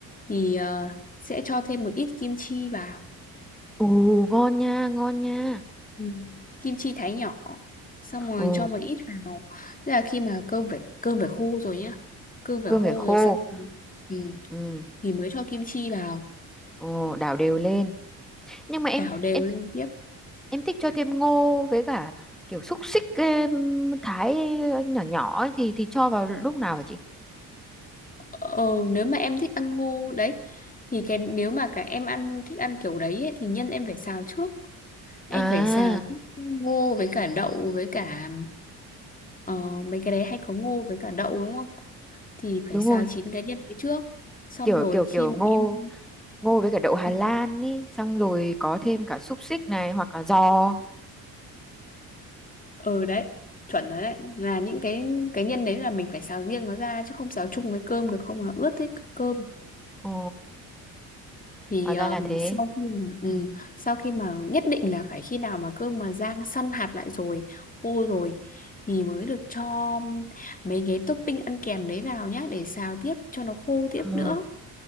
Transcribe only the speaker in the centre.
ồ ngon nha ngon nha
ồ
cơm
phải khô
ừ
ồ đảo đều lên nhưng mà em
em
em thích cho thêm ngô với cả kiểu xúc xích em, thái nhỏ nhỏ ấy, thì thì cho vào lúc nào hả chị
à
đúng
rồi
kiểu
kiểu kiểu
ngô
ngô với cả đậu Hà
Lan ý xong rồi có thêm cả xúc xích này hoặc là giò
ồ
hóa ra
là thế
Ờ,